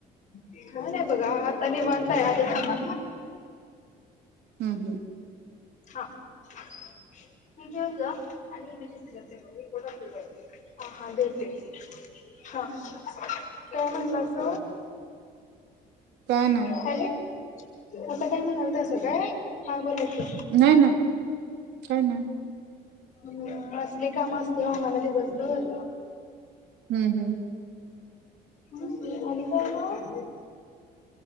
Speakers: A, on the left (about 45°); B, on the right (about 85°).
A: काय नाही बघा, आता निवांतय आली थांबा.
B: ह्म-ह्म.
A: हा. हे घेऊन जा आणि इमेजेस सिलेक्ट कर मी इथं बसलेली आहे. हा-हा देेते, हा. काय म्हणलास?
B: काय नाय.
A: हॅलो, आता काय म्हणाल तसं काय, हा बोला की.
B: नाय ना, कोय ना.
A: हं, असले काम असता, आम्हाला दिवसभर.
B: ह्म-ह्म.
A: ह्म, आणि काय मग?